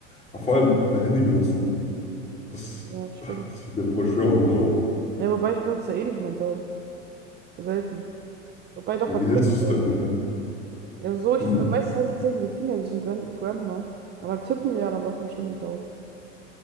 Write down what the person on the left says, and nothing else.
Aber vor allem dein Handy benutzen, das
Das liegt mir voll schwer ohne Daumen.
Aber
wie
hältst du es
denn?
Hm?